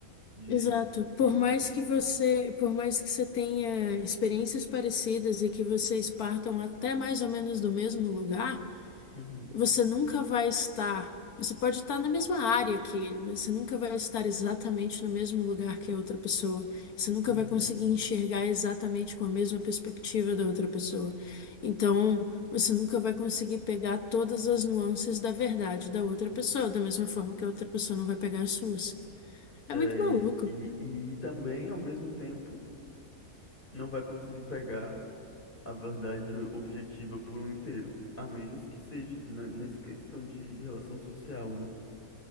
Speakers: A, on the left; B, on the left.
A: de.
B: exato.
A: Enfim.
B: Por mais que você, por mais que você tenha experiências parecidas e que vocês partam até mais ou menos do mesmo lugar,
A: Uhum.
B: Você nunca vai estar. Você pode estar na mesma área que ele, mas você nunca vai estar exatamente no mesmo lugar que a outra pessoa. Você nunca
A: Uhum.
B: vai conseguir enxergar exatamente com a mesma perspectiva da outra pessoa. Então, você nunca vai conseguir pegar todas as nuances da verdade da outra pessoa, da mesma forma que a outra pessoa não vai pegar as suas. É
A: É,
B: muito maluco.
A: e, e, e também, ao mesmo tempo, não vai conseguir pegar a verdade objetiva por um inteiro, a menos que seja né, nessa questão de relação social, né?